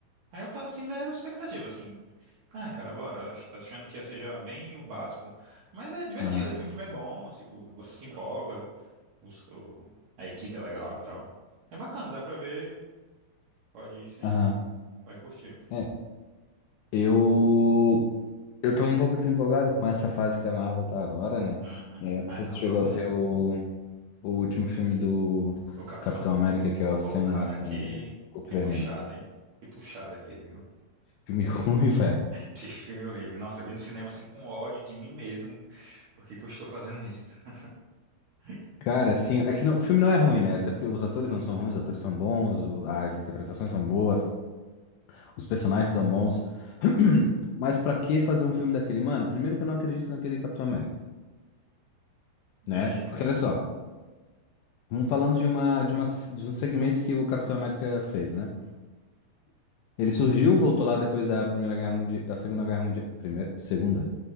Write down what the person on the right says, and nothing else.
Aí eu tava, assim, zero expectativa, assim. Ah, cara, bora. ach- Achando que ia ser já bem o básico. Mas é divertido,
assim. O filme é bom, assim, tipo, você se empolga. os- o- a equipe é legal e tal. É bacana, dá pra ver. Pode ir sem.
Vai curtir.
Uhum.
Ah,
não,
todo
mundo.
O capitão?
Ô, cara,
que,
que
puxada, hein? Que puxada aquele, viu?
Que filme horrível. Nossa, eu vi no cinema assim com ódio de mim mesmo. Por que que eu estou fazendo isso? <laughs>
É, não...